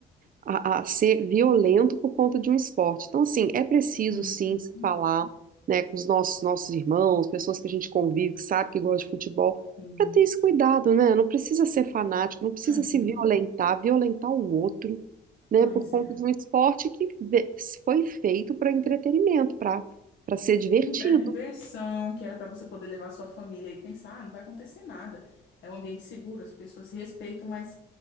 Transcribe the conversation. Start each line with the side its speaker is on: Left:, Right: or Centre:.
Right: a, a ser violento por conta de um esporte. Então, assim, é preciso
Left: Uhum.
Right: sim se falar, né, com os nossos nossos irmãos, pessoas que a gente convive, que sabe que gosta de futebol,
Left: Sim.
Right: para ter esse cuidado, né? Não precisa ser fanático, não precisa
Left: Uhum.
Right: se violentar, violentar o outro, né,
Left: Pois
Right: por conta
Left: é.
Right: de um esporte que ve- foi feito para entretenimento, para para ser divertido.
Left: Sim, para diversão, que era para você poder levar sua família e pensar, ah, não vai acontecer nada. É um ambiente seguro, as pessoas se respeitam, mas